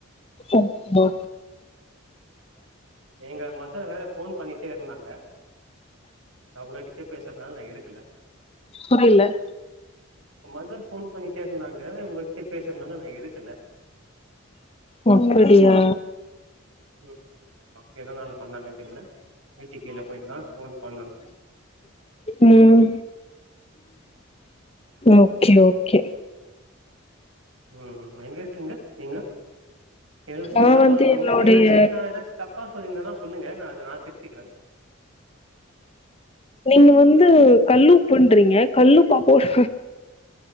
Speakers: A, on the left (about 25°); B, on the right (about 75°).
A: ஒ ஒ
B: எங்க மதர் வேற போன் பண்ணிகிட்டே இருந்தாங்க நா உங்ககிட்ட பேஸ்றதனால நா எடுக்கல
A: புரில
B: மதர் போன் பண்ணிட்டே இருந்தாங்க உங்க கிட்ட பேசுறதனால நா எடுக்கல
A: ஓ அப்டியா
B: ம் ஆமா எதனால பண்ணாங்கன்னு தெரியல வீட்டுக்கீழ போய்ட்டு தா போன் பண்ணணு
A: ம் ஓகே ஓகே
B: ம்ம் எங்க இருக்கீங்க நீங்க எதும் சே
A: நா
B: எதுலா
A: வந்து
B: பாலோ பண்ணிங்க
A: என்னுடைய
B: இல்ல ஏதாச்சு நா எதாச் தப்பா சொல்லிருந்தேனா சொல்லுங்க நா அத நா திருத்திக்கிறே
A: நீங்க வந்து கல்லுப்புண்றீங்க கல்லு பாப்போட்